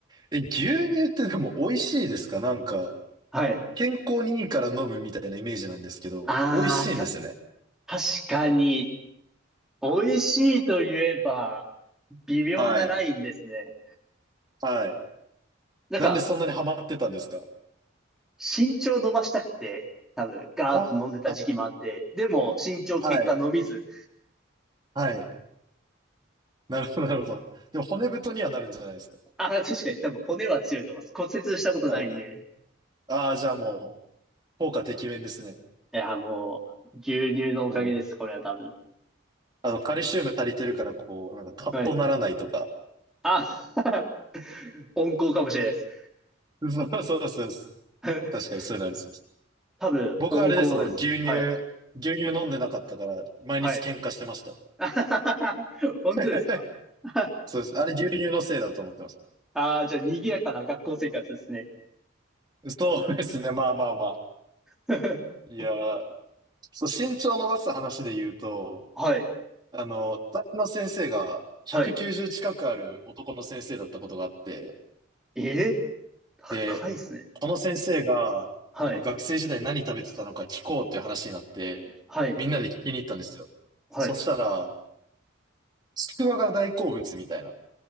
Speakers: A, on the right (about 20°); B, in the centre.
A: え、牛乳ってでも美味しいですかなんか、
B: はい。
A: 健康にいいから飲むみたいなイメージなんですけど、
B: ああ、
A: 美味しいんですね。
B: た、確かに、美味しいと言えば、微妙なラインですね。
A: はい。はい。
B: なんか、
A: なんでそんなにハマってたんですか
B: 身長伸ばしたくて、多分、ガーッと飲んでた時期もあって、
A: ああ
B: でも、身長結果伸びず。
A: ー、はい。はい。<laughs> なるほど、なるほど。でも骨太にはなるんじゃないですか。
B: あ、確かに多分骨は強いと思います。骨折したことないんで。
A: はい。ああ、じゃあもう、効果てきめんですね。
B: いや、もう、牛乳のおかげです、
A: うん。
B: これは多分。
A: あの、カルシウム足りてるから、こう、なんかカッとならないとか。
B: はい。あ、<laughs> 温厚かもしれないです。
A: <laughs> そうそうそうです。
B: <laughs>
A: 確かにそういうのありそうです。
B: 多分、
A: 僕はあれですもん、
B: 温厚です。
A: 牛乳、
B: はい。
A: 牛乳飲んでなかったから、毎日喧嘩してました。
B: はい。<laughs> 本当ですか
A: <laughs>
B: <laughs>
A: そうです。あれ牛乳のせいだと思ってます。
B: ああ、じゃあ、賑やかな学校生活ですね。
A: そうですね。まあまあまあ。
B: <laughs>
A: いやー、そう、身長伸ばす話で言うと、
B: はい。
A: あの、担任の先生が190近くある男の先生だったことがあって、
B: はい。えー、高いですね。
A: でこの先生が、
B: はい。
A: この学生時代何食べてたのか聞こうっていう話になって、
B: はい。
A: みんなで聞きに行ったんですよ。
B: はい。
A: そしたら、ちくわが大好物みたいな